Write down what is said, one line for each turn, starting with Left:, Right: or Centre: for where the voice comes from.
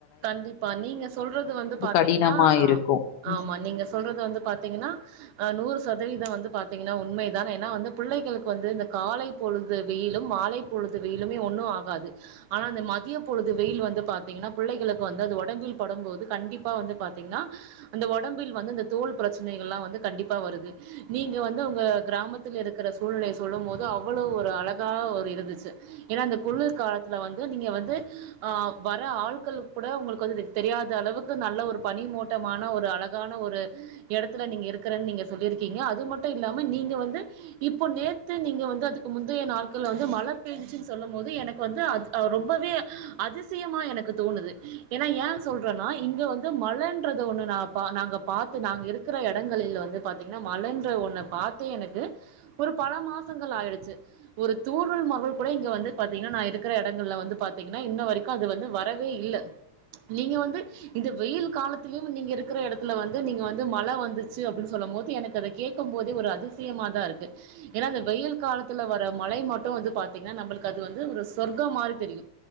Right: கண்டிப்பா நீங்க சொல்றது வந்து பாத்தீங்கன்னா
Left: கடினமா
Right: ஆ
Left: இருக்கும். ம்.
Right: ஆமா நீங்க சொல்றது வந்து பாத்தீங்கன்னா ஆ நூறுஸ் சதவீத வந்து பாத்தீங்கன்னா உண்மைதான் ஏனா வந்து புள்ளைகளுக்கு வந்து இந்த காலை பொழுது வெயிலு மாலை பொழுது வெயிலுமே ஒன்னு ஆகாது ஆனா இந்த மதிய பொழுது வெயில் வந்து பாத்தீங்கன்னா புள்ளைகளுக் வந்து அது ஒடம்பில் படும்போது கண்டிப்பா வந்து பாத்தீங்ன்னா அந்த ஒடம்பில் வந்து இந்த தோல் ப்ரச்னைகள்லா வந்து கண்டிப்பா வருது நீங்க வந்து உங்க கிராமத்தில் இருக்குற சூழ்நிலைய சொல்லும் போது அவ்ளோ ஒரு அழகா ஒரு இருந்துச்சு ஏனா அந்த குளிர்காலத்துல வந்து நீங்க வந்து ஆ வர ஆள் கள் கூட உங்களுக்கு வதுது தெரியாத அளவுக்கு நல்ல ஒரு பனிமூட்டமான ஒரு அழகான ஒரு எடத்துல நீங்க இருக்கிறன் நீங்க சொல்லிருக்கீங்க அது மட்டு இல்லாம நீங்க வந்து இப்போ நேத்து நீங்க வந்து அதுக்கு முந்தைய நாள்கள் வந்து மழ பேஞ்ச்சுன் சொல்லும் போது எனக்கு வந்து அத் ரொம்பவே அதிசியமா எனக்கு தோணுது ஏனா ஏ சொல்றன்னா இங்க வந்து மழன்றது ஒன்ன நா பா நாங்க பாத்து நாங்க இருக்கிற எடங்களில் வந்து பாத்தீங்கன்னா மழன்ற ஒன்ன பாத்தே எனக்கு ஒரு பல மாசங்கள் ஆயிடுச்சு ஒரு தூரல் மவள் கூட இங்க வந்து பாத்தீங்கன்னா நா இருக்குற எடங்கள்ல வந்து பாத்தீங்கன்னா இன்ன வரிக்கு அது வந்து வர வே இல்ல நீங்க வந்து இது வெயில் காலத்திலியு நீங்க இருக்கிற இடத்துல வந்து நீங்க வந்து மழ வந்துச்சு அப்டின்னு சொல்லம் போது எனக்கு அத கேக்கும் போதே ஒரு அதிசயமா தா இருக்கு ஏனா அந்த வெயில் காலத்துல வர மழை மட்டு வந்து பாத்தீங்கன்னா நம்பளுக் அது வந்து ஒரு சொர்க்க மாரி தெரியு